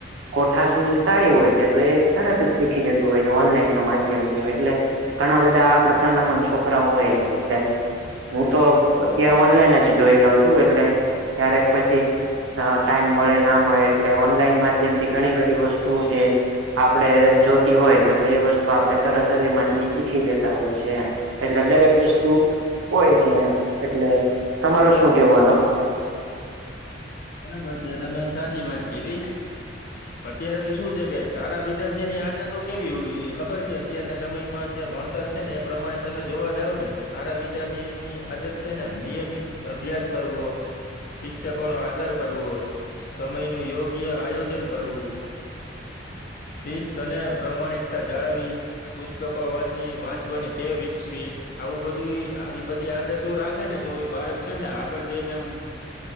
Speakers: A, on the right; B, on the left.
A: કોઠા શૂજ સારી હોય છે તો તરત જ શીખી જતું હોય છે ઓનલાઈન માધ્યમથી એટલે ઘણા બધા આ પ્રકારના પણ છોકરા હોય એટલે હું તો અત્યારે ઓનલાઈન જ જોઈ લઉં છું એટલે ક્યારેક પછી ટાઈમ મળે ના મળે એટલે ઓનલાઈન માધ્યમથી ઘણી બધી વસ્તુઓ જે આપડે જોતી હોય છે તો એ વસ્તુ આપણે તરત જ એમાંથી શીખી લેતા હોય છે એમ. એટલે દરેક વસ્તુ હોય છે એમ એટલે તમારો શું કેવાનું.
B: બરાબર છે તમે સાચી વાત કીધી અત્યારે તો શું છે કે સારા વિદ્યાર્થીની આદત તો કેવી હોવી જોઈએ ખબર છે અત્યારના સમયમાં જે ભણતર છે ને એ પ્રમાણે તમે જોવા જાવ ને સારા વિદ્યાર્થીની આદત છે ને નિયમિત અભ્યાસ કરવો શિક્ષકોનો આ દર કરવો સમયનું યોગ્ય આયોજન કરવું. શિસ્ત અને પ્રામાણિકતા જાળવી, પુસ્તકો વાંચી વાંચવાની તેવ વિકસવી. આવું બધું આવી બધી આદતો રાખે ને તો બાળક છે ને આગળ જઈને એમ